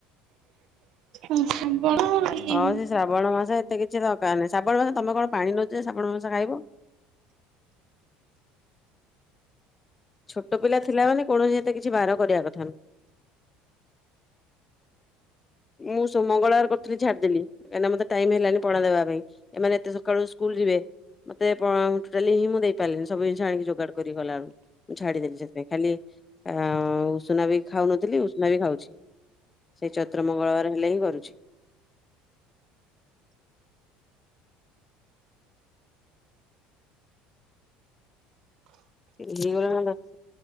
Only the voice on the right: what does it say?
<inaudible> ଶ୍ରାବଣ ଏଇ